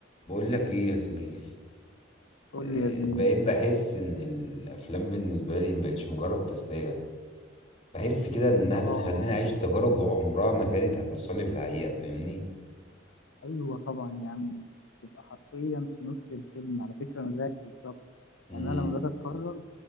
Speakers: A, on the left; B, on the left.
A: بقول لك ايه يا زميلي
B: قول
A: آه،
B: لي يا زميلي
A: بقيت بحس ان الافلام بالنسبه لي مبقتش مجرد تسليه بحس كده انها
B: اه
A: بتخليني اعيش تجارب عمرها ما كانت هتحصل لي في الحقيقه فاهمني
B: ايوه طبعا يا عم تبقى حرفيا في نص الفيلم على فكره انا زيك بالظبط
A: امم
B: يعني انا لما باجي اتفرج